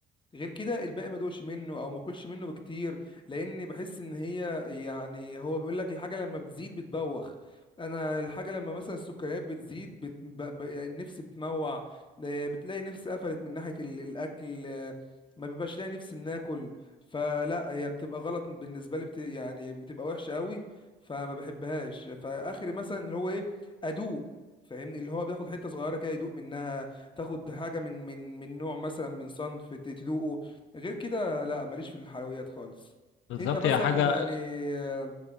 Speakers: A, on the left; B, on the left.
A: غير كده الباقي ما دوقش منه او ما اكلش منه بكتير لان بحس ان هي يعني هو بيقول لك الحاجه لما بتزيد بتبوخ انا الحاجه لما مثلا السكريات بتزيد بت... ب... ب... نفسي بتموع آه، بتلاقي نفسي قفلت من ناحيه ال... الاكل آه، ما بيبقاش لاقي نفسي ان اكل فلا هي بتبقى غلط بالنسبه لي بت... يعني بتبقى وحشه قوي فما بحبهاش فاخري مثلا اللي هو ايه ادوق فاهمني اللي هو بياخد حته صغيره كده يدوق منها تاخد حاجه من من من نوع مثلا من صنف ت- تدوقه غير كده لا ماليش في الحلويات خالص
B: بالظبط
A: انت مثلا
B: هي حاجه
A: يعني آه،